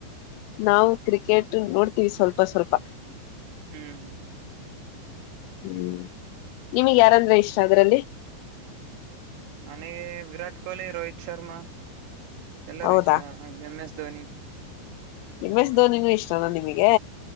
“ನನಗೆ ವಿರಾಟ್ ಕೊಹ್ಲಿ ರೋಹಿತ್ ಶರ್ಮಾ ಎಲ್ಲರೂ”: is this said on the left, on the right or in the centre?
Right